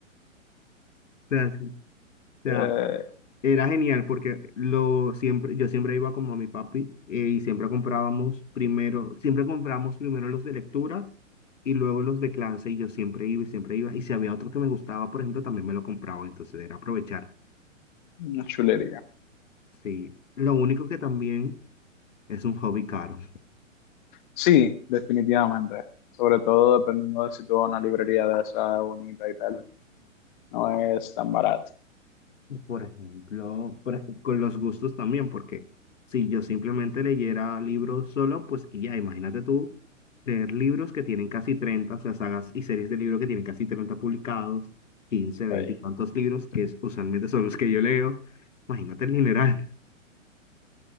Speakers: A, on the left; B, on the left.
A: sea, sí, o sea,
B: Eh,
A: era genial porque lo siempre, yo siempre iba como a mi papi eh, y siempre comprábamos primero, siempre comprábamos primero los de lectura y luego los de clase y yo siempre iba y siempre iba. Y si había otro que me gustaba, por ejemplo, también me lo compraba, entonces era aprovechar.
B: una chulería.
A: Sí, lo único que también es un hobby caro.
B: Sí, definitivamente. Sobre todo dependiendo de si tú vas a una librería de esa bonita y tal. No es tan barato.
A: Por ejemplo, por ej- con los gustos también, porque si yo simplemente leyera libros solo, pues y ya, imagínate tú leer libros que tienen casi treinta o sea, sagas y series de libros que tienen casi 30 publicados, quince veinte
B: Ahí,
A: y tantos libros, que es, usualmente son los que yo leo. Imagínate el dineral.